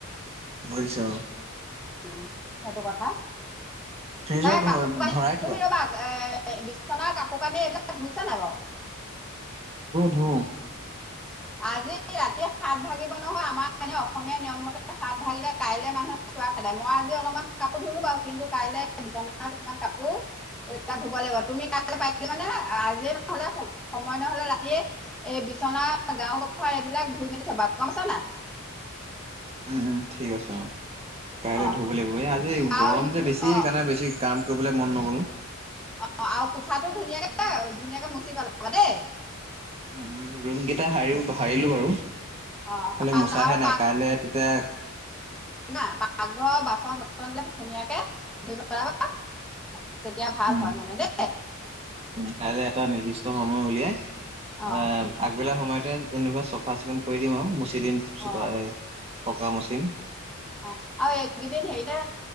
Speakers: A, on the right; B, in the centre.
A: বুজিছা।
B: উম সেইটো কথা,
A: ফ্ৰিজত
B: নাই কাপোৰ কানি
A: ভৰাই থোৱা
B: তুমি ৰবা এ- বিচনাৰ কাপোৰ কানি এইবিলাক ধুইছে নাই বাৰু।
A: ধো ধো।
B: আজি ৰাতিয় সাত ভাগিব নহয় আমাৰ এনে অসমীয়া নিয়ম মতে সাত ভাগিলে কাইলে মানুহ- চোৱা খদাই মই আজি অলপমান কাপোৰ ধুলো বাৰু কিন্তু কাইলৈ কিছুমান কাপোৰ- এ ধুব লাগিব তুমি কাই পাৰে মানে আজি নহলে সময় নহলে ৰাতিয়ে- এই বিচনা গাও ক'ভাৰ এইবিলাক ধুই মেলি থবা গম পছা নাই?
A: উম উম ঠিক আছে অ, কাইলৈ
B: অ
A: ধুব লাগিব এই আজি
B: আৰু
A: গৰম যে বেছি
B: অ
A: কাৰণে বেছি কাম- কৰিবলে মন নগ'ল।
B: অ আৰু কোঠাটো ধুনীয়াকে
A: ৰুম
B: ধুনীয়াকে মুচি পেলাবা দেই।
A: উম ৰুম কেইটা হাৰি হাৰিলো বাৰু,
B: অ
A: খালি মোচাহে
B: আৰু
A: নাই কাইলৈ তেতিয়া-
B: নাই প পাকঘৰ বাচন বৰ্তন বিলাক ধুনীয়াকে ধুই পেলাবা। তেতিয়া ভাল
A: উম
B: হয় মানে দেই।
A: উম কাইলৈ এটা নিৰ্দিষ্ট সময় উলিয়াই,
B: অ
A: আহ- আগবেলা সময়তে যেনিবা চাফা চিকুণ কৰি দিম আৰু মুচি দিম চফাকে
B: অ
A: পকা মুচিম।
B: অ আৰু এইকেইদিন হেৰিতে